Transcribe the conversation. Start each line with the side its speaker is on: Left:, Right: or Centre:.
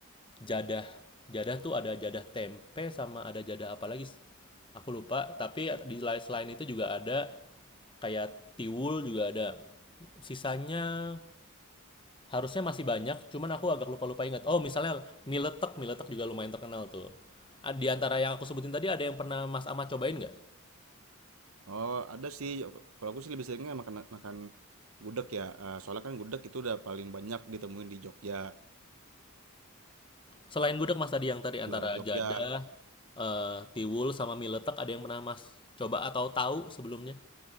Left: jadah. Jadah tuh ada jadah tempe sama ada jadah apa lagi? Aku lupa, tapi di lai- selain itu juga ada kayak tiwul juga ada. Sisanya harusnya masih banyak, cuman aku agak lupa-lupa ingat. Oh, misalnya mie letek, mie letek juga lumayan terkenal tuh. Ah, Di antara yang aku sebutin tadi ada yang pernah Mas Ahmad cobain nggak?
Right: Oh, ada sih. Kalau aku sih lebih seringnya makan makan gudeg ya. Eh, soalnya kan gudeg itu udah paling banyak ditemuin di Jogja,
Left: Selain gudeg Mas tadi yang tadi antara
Right: luar Jogja.
Left: jadah, eee, tiwul, sama mie letek ada yang pernah Mas coba atau tahu sebelumnya?